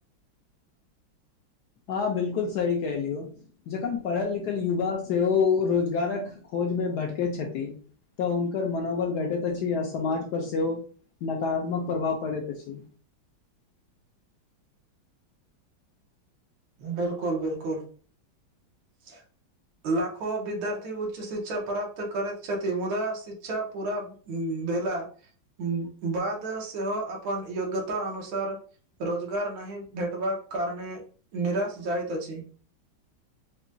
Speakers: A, on the left; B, on the right.
A: हँ बिल्कुल सही कहलियो जखन पढ़ल लिखल युवा सेहो रोजगारक खोज मे भटकै छथि तऽ हुनकर मनोबल घटैत अछि आ समाज पर सेहो नकारात्मक प्रभाव पड़ैत अछि
B: बिल्कुल बिल्कुल <inaudible> लाखो बिद्यार्थी उच्च शिक्षा प्राप्त करैत छथि मुदा शिक्षा पूरा ऊं भेला ऊं बाद सेहो अपन योग्यता अनुसार रोजगार नहि भेटबाक कारणे निराश जाइत अछि